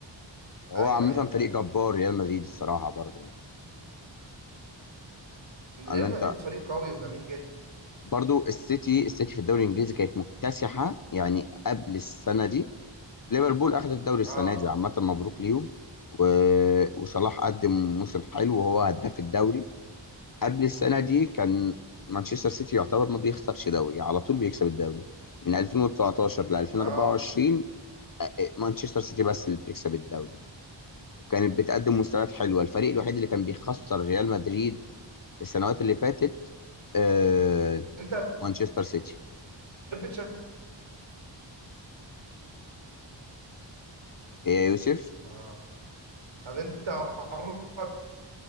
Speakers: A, on the left (about 45°); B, on the right (about 85°).
A: هو
B: ايوه
A: عامه
B: ايوه فاهم
A: فريق جبار ريال مدريد الصراحه برضو يعني
B: ريال
A: الا انت
B: مدريد فريق قوي وجميل جدا
A: برضو السيتي السيتي في الدوري الانجليزي كانت مكتسحه يعني قبل السنه دي ليفربول اخذ الدوري السنه
B: اه
A: دي عامه مبروك ليهم و... وصلاح قدم موسم حلو وهو هداف الدوري قبل السنة
B: مم.
A: دي كان مانشستر سيتي يعتبر ما بيخسرش دوري على طول بيكسب الدوري من 2019 ل 2024
B: اه
A: أ- أ- مانشستر سيتي بس اللي بتكسب الدوري وكانت بتقدم مستويات حلوة الفريق الوحيد اللي كان بيخسر ريال مدريد في السنوات اللي فاتت آه،
B: انت
A: مانشستر سيتي
B: بتحب تشجع
A: إيه يا يوسف
B: اه طب انت عمرك